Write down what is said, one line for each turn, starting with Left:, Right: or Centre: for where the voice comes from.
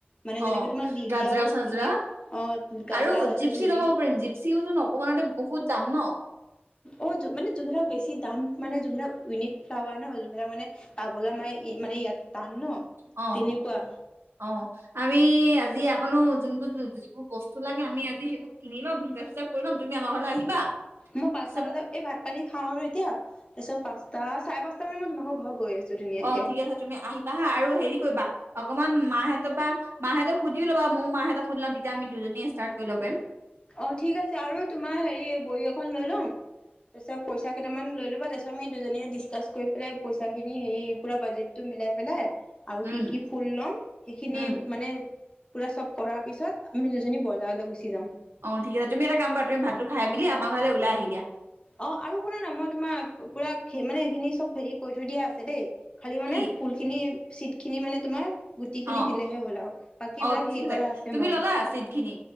Left: মানে যেনেকে
Right: অ
Left: তোমাৰ লিলি
Right: গাজৰা
Left: আৰু
Right: চাজৰা,
Left: তুলিপ অ গাজৰা
Right: আৰু
Left: তাৰপিছত
Right: জিপচি
Left: লুলি
Right: লগাব পাৰিম জিপচিওচোন অকমানতে বহুত দাম ন?
Left: অ মানে যোনিলাক বেছি দাম মানে যোনবাক ইউনিক ফ্লাৱাৰ ন, যোনবাক মানে পাবলৈ ম মানে ইয়াত । টান ন,
Right: অ
Left: তেনেকুৱা।
Right: অ আমি আজি আকনো যোনবোৰ যিবোৰ বস্তু লাগে আমি আজি সেইবোৰ কিনি ল'ম, হিচাপ-চিচাপ কৰি ল'ম, তুমি আমাৰ ঘৰলৈ আহিবা।
Left: মই পাঁচটা
Right: তাৰপিছত
Left: বজাত এই ভাত পানী খাওঁ আৰু এতিয়া তাৰ পিছত পাঁচটা, চাই পাঁচ মই তোমাৰ ঘৰত গৈ আছো। ধুনীয়াকে
Right: অ ঠিক আছে তুমি আহিবা হা আৰু হেৰি কৰিবা অকমান মাহঁতৰ পৰা মাহঁত সুধি লবা ময়ো মাহঁক সুধি লম তেতিয়া আম দুজনীয়ে ষ্টাট কৰিব লব পাৰিম।
Left: অ ঠিক আছে আৰু তোমাৰ হেৰি বহী এখন লৈ লম‌, তাৰপিছত পইচা কেইটামান লৈ ল'বা তা পিছত আমি দুইজনীয়ে দিচকাছ কৰি লৈ বিলাই পইচাখিনি লৈ মিনি পুৰা বাজেটো মিলাই পেলাই আৰু
Right: উম
Left: কি-কি ফুল লম সেইখিনি
Right: উম
Left: মানে পুৰা চব কৰাৰ পিছত আমি দুজনী বজাৰলৈ গুচি যাম।
Right: অ ঠিক আছে তুমি এটা কাম কৰা তুমি ভাতটো খাই মেলি আমাৰ ঘৰলৈ ওলাই আহি দিয়া।
Left: অ আৰু শুনা না মই তোমাৰ পুৰা মানে সেইখিনি চব হেৰি কৰি থৈ দিয়া আছে দেই। খালী মানে
Right: কি
Left: ফুলখিনি চিট খিনি মানে তোমাৰ গুটি খিনি
Right: অ
Left: দিলেহে হ'ল আৰু বাকীবিলাক
Right: অ ঠিক
Left: হেৰি কৰা আছে
Right: তুমি
Left: মই‌।
Right: ল'লা চিট খিনি